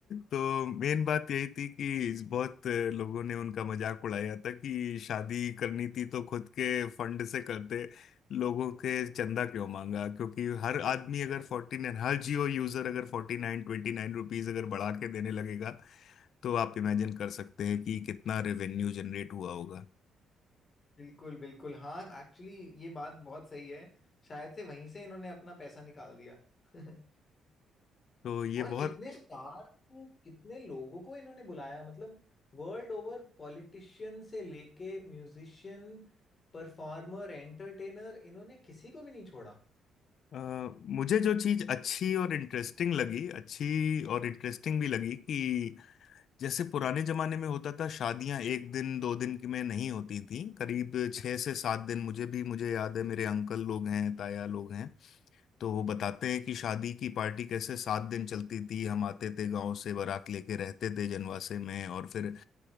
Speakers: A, on the left; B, on the left.
A: तो मेन बात यही थी कि बहुत लोगों ने उनका मजाक उड़ाया था कि शादी करनी थी तो खुद के फंड से करते लोगों के चंदा क्यों मांगा क्योंकि हर आदमी
B: <laughs>
A: अगर फोर्टी नाइन हर जियो यूजर अगर फोर्टी नाइन ट्वेंटी नाइन रुपीज अगर बढ़ा के देने लगेगा तो आप इमेजिन कर सकते हैं कि कितना रेवेन्यू जनरेट हुआ होगा
B: बिल्कुल बिल्कुल हाँ एक्चुअली ये बात बहुत सही है शायद से वहीं से इन्होंने अपना पैसा निकाल दिया <laughs>
A: तो ये
B: और
A: बहुत
B: कितने स्टार को कितने लोगों को इन्होंने बुलाया मतलब वर्ल्ड ओवर पॉलिटिशियन से लेके म्यूजिशियन परफॉर्मर एंटरटेनर इन्होंने किसी को भी नहीं छोड़ा
A: अ, मुझे जो चीज अच्छी और इंटरेस्टिंग लगी अच्छी और इंटरेस्टिंग भी लगी कि जैसे पुराने जमाने में होता था शादियां एक दिन दो दिन की में नहीं होती थी करीब छह से सात दिन मुझे भी मुझे याद है मेरे अंकल लोग हैं ताया लोग हैं तो वो बताते हैं कि शादी की पार्टी कैसे सात दिन चलती थी हम आते थे गांव से बारात लेके रहते थे जनवासे में और फिर